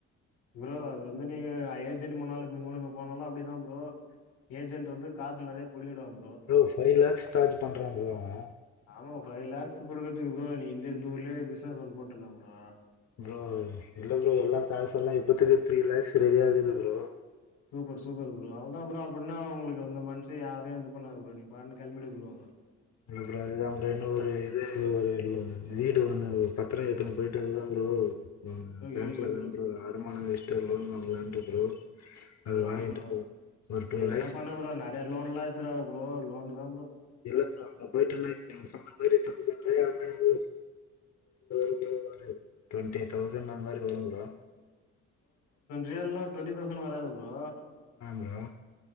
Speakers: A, on the left; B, on the left.
A: ப்ரோ <unintelligible> ன்னால <unintelligible> போனாலு அப்டிதா ப்ரோ ஏஜெண்ட் வந்து காசு நெறைய புடிங்கிடுவாங்
B: ப்ரோ ஃபைவ் லேக்ஸ் சார்ஜ் பண்றா ப்ரோ அவ
A: ஆமா ஃபைவ் லேக்ஸ் குடுக்றக்து ப்ரோ நீ இந்த இந்த ஊர்லயே பிசினஸ் ஒன்னு போட்ரலா ப்ரோ
B: ப்ரோ இல்ல ப்ரோ எல்லா காசெல்லா இப்பத்துக்கு த்ரீ லேக்ஸ் ரெடியாக்குது ப்ரோ
A: சூப்பர் சூப்பர் ப்ரோ அவ்ளதா ப்ரோ அப்பின்னா உங்களுக்கு இந்த மன்த் து யாரயு இது பண்ணாத ப்ரோ நீ பாட்னு கெளம்பிடு ப்ரோ
B: ப்ரோ அதுதா ப்ரோ இன்னு ஒரு இது ஒரு இன்னு வீடு ஒண்ணு பத்திர எத்து போயிட்டுருக்குற ப்ரோ
A: ஓகே
B: பேங்க்ல
A: ஓகே
B: தா ப்ரோ அடமானொ வஷ் ட்டு லோன் வாங்லான்ட்டு ப்ரோ
A: ப்ரோ
B: அது வாங்கிட்டு
A: ஆம் ப்ரோ
B: போய் ஒரு
A: எதுனா
B: லேக்ஸ்
A: பண்ணு ப்ரோ நறைய லோன்லா ஏத்துறா ப்ரோ லோனுதா
B: இல்ல ப்ரோ அங்க போய்ட்டனா இப்ப நீங்க சொன்ன மாரி தொசண் ரியால் <inaudible> <inaudible> டுவன்ட்டி தௌசண் அது மாதிரி வரும் ப்ரோ
A: ரியால்னா டுவண்ட்டி தௌசண் வராது ப்ரோ
B: அ ப்ரோ